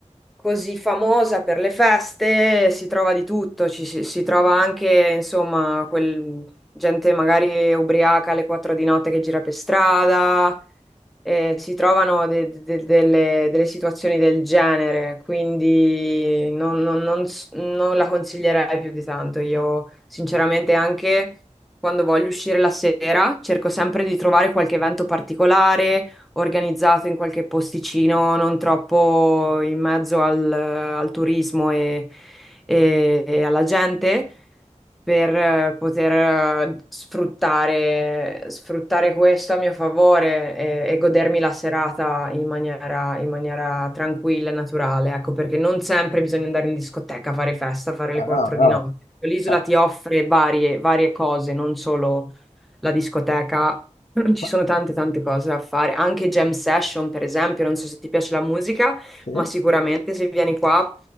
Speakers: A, in the centre; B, on the left.
A: così famosa per le feste, si trova di tutto, ci, si, si trova anche, insomma, quel, gente magari ubriaca alle 4 di notte che gira per strada, eh, si trovano de- de- delle, delle situazioni del genere, quindi non, non- non s- non la consiglierei più di tanto. Io, sinceramente, anche quando voglio uscire la sera, cerco sempre
B: sì.
A: di trovare qualche evento particolare organizzato in qualche posticino, non troppo in mezzo al, al turismo e, e- e alla gente, per eh, poter eh, sfruttare, sfruttare questo a mio favore e, e godermi la serata in maniera, in maniera tranquilla e naturale, ecco, perché non sempre bisogna andare in discoteca, fare festa, fare
B: Ah,
A: le 4
B: no, no,
A: di notte. L'isola
B: ah,
A: ti offre varie, varie cose, non solo la discoteca <clears throat> Ci
B: ma-
A: sono tante tante cose da fare, anche jam session per esempio, non so se ti piace la musica,
B: sì?
A: ma sicuramente se vieni qua